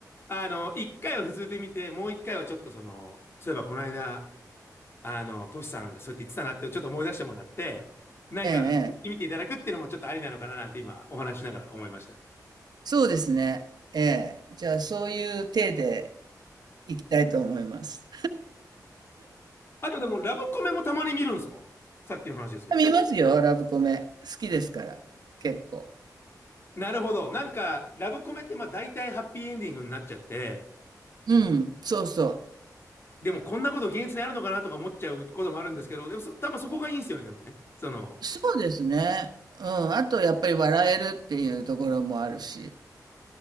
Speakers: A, on the left; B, on the right.
A: あの、一回は普通で見て、もう一回はちょっとその、そういえばこの間、あの、トシさんがそうやって言ってたなってちょっと思い出してもらって、なんか、
B: ええ、ええ。
A: 見ていただくっていうのもちょっとありなのかななんて今お話しながら思いました。
B: そうですね。ええ。じゃあ、そういう体で、行きたいと思います。
A: あとでも、ラブコメもたまに見るんですかさっきの話ですけど。
B: 見ますよ、ラブコメ。好きですから、結構。
A: なるほど。なんか、ラブコメってまあ大体ハッピーエンディングになっちゃって、
B: うん、そうそ
A: でもこんなこと現実にあるのかなとか思っちゃうこともあるんですけど、でもそ多分そこがいいんですよね、でもね。その、
B: う。そうですね。うん、あとやっぱり笑えるっていうところもあるし。